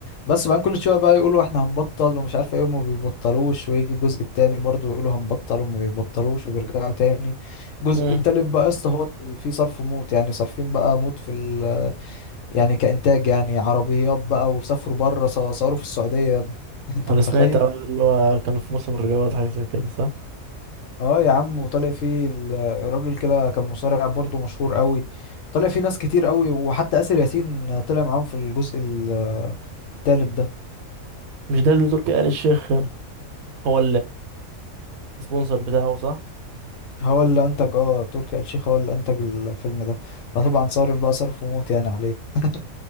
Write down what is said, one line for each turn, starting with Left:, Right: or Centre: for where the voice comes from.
Left: بس بقى كل شويه بقى يقولوا احنا هنبطل ومش عارف ايه وما بيبطلوش ويجي الجزء التاني برضه يقولوا هنبطل وما بيبطلوش وبيرجعوا تاني الجزء
Right: مم.
Left: التالت بقى يا اسطى هو اللي فيه صرف موت يعني صارفين بقى موت في ال... يعني كإنتاج يعني عربيات بقى وسافروا بره صوروا في السعودية يا ابني <laughs> انت
Right: انا
Left: متخيل
Right: سمعت اه اللي هو كان في موسم الرياض حاجه زي كده صح
Left: اه يا عم وطالع فيه ال- الراجل كده كان مصارع برضه مشهور قوي طالع فيه ناس كتير قوي وحتى آسر ياسين طلع معاهم في الجزء ال- التالت ده
Right: مش ده اللي تركي آل الشيخ هو السبونسر بتاعه صح
Left: هو اللي انتج اه تركي آل الشيخ هو اللي انتج الفيلم ده فطبعا صارف بقى صرف وموت يعني عليه إيه